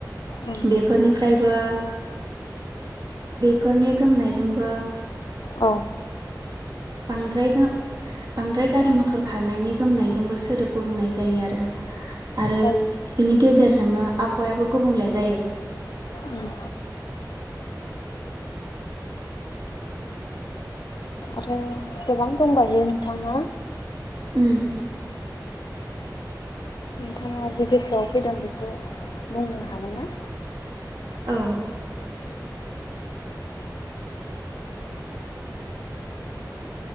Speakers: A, on the left (about 80°); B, on the right (about 65°).
A: उम
B: बेफोरनिफ्रायबो बेफोरनि गोमनायजोंबो
A: औ
B: बांद्राय गा -बांद्राय गारि मथर खारनायनि गोमनायजोंबो सोदोब गुबुंनाय <unintelligible> जायो आरो-आरो
A: जायो
B: बिनि गेजेरजोंनो आबहावायाबो गुबुंले जायो।
A: उम आरो गोबां दंबायो नोंथां ना
B: ओम।
A: नोंथाङा जि गोसोआव फैदों बेखौ बुंनो हागोन ना।
B: औ